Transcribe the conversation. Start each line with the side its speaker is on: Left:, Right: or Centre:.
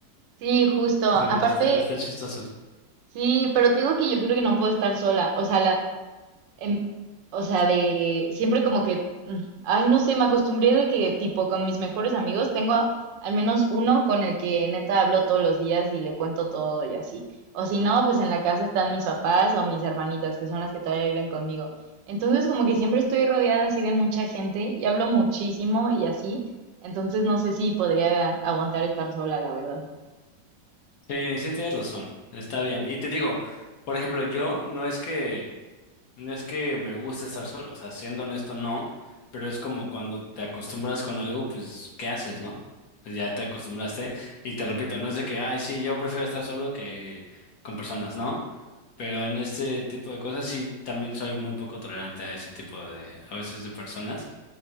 Right: Sí, justo. Aparte,
Left: Pero está, está chistoso.
Right: sí, pero te digo que yo creo que no puedo estar sola. O sea, la, em, o sea, de siempre como que, mm, ay, no sé, me acostumbré de que tipo con mis mejores amigos tengo a- al menos uno con el que neta hablo todos los días y le cuento todo y así. O si no, pues en la casa están mis papás o mis hermanitas, que son las que todavía viven conmigo. Entonces como que siempre estoy rodeada así de mucha gente y hablo muchísimo y así. Entonces no sé si podría aguantar estar sola, la verdad.
Left: Sí, sí tienes razón, está bien. Y te digo, por ejemplo, yo no es que, no es que me guste estar solo, o sea, siendo honesto, no, pero es como cuando te acostumbras con algo, pues, ¿qué haces, no? Pues ya te acostumbraste, y te repito, no es de que, ay, sí, yo prefiero estar solo que con personas, ¿no? Pero en este tipo de cosas sí también soy muy poco tolerante a ese tipo de, a veces de personas,